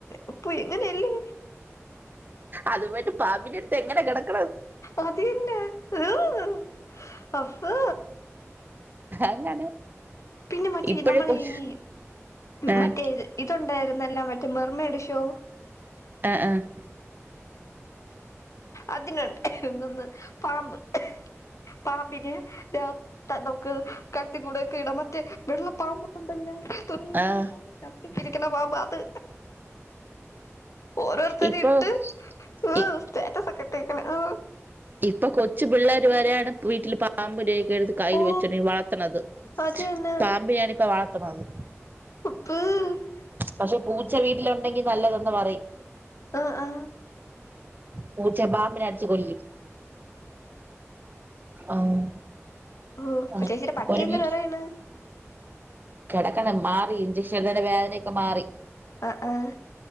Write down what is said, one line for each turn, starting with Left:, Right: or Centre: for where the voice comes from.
Left: അപ്പൊ എങ്ങനെയല്ലേ
Right: അതുമായിട്ട് പാമ്പിനെ - എങ്ങനെ കെടക്കുന്നെ
Left: അത് തന്നേ ഹ് ഹ് അപ്പൊ
Right: അങ്ങനെ
Left: പിന്നെ മറ്റേ
Right: ഇപ്പഴേ
Left: നമ്മൾ
Right: കൊച്ച്
Left: ഈ
Right: ആഹ്
Left: മറ്റേ ഇതൊണ്ട്- എണ്ടായിരുന്നല്ല മറ്റേ മെർമ്മ എടശോ <unintelligible>
Right: ആഹ് ആഹ്
Left: അതിന് എന്തെന്ന് പാമ്പ് പാമ്പിന് <unintelligible> നമക്ക് കഴ്ത്തി കൂടെയക്കെ ഇടണം. മറ്റേ വെള്ള പാമ്പ് ഉണ്ടല്ലോ <unintelligible>
Right: ആഹ്
Left: കട്ടിക്കിരി ക്ക്ണ പാമ്പ് അത് ഓരോരുത്തര്ട്ട്
Right: ഇപ്പൊ
Left: ഹ്
Right: ഇ
Left: സ്റ്റാറ്റസ് ട്ടേക്ക്ണ് ഏഹ്
Right: ഇപ്പൊ കൊച്ചു പിള്ളേർ വരെ ആണ് വീട്ടിൽ പാമ്പ് നെ എടുത്ത് കയ്യിൽ
Left: ഓ
Right: വെച്ചോണ്ടി വളർത്തണത്.
Left: അത് തന്നെ
Right: പാമ്പിനേണി ഇപ്പ വള ത്ണത്.
Left: <unintelligible>
Right: പക്ഷെ പൂച്ച വീട്ടിലുണ്ടെങ്കിൽ നല്ലതന്ന് പറയും.
Left: ആഹ് ആഹ്
Right: പൂച്ചെ പാമ്പിനെ അട്ച്ച് കൊല്ല് ആഹ്
Left: ഓഹ്
Right: അങ്ങനെ
Left: ചേച്ചിയുടെ പട്ടി
Right: ഒരു
Left: എന്തരു
Right: വീട്ടിൽ
Left: പറയണ്
Right: കിടക്കണം മാറി ഇഞ്ചക്ഷൻ <unintelligible> വേദനയൊക്കെ മാറി.
Left: ആഹ് ആഹ്